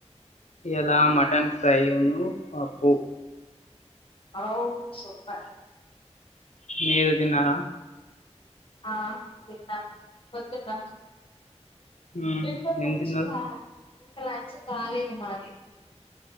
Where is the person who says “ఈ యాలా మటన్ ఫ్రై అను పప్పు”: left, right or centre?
Left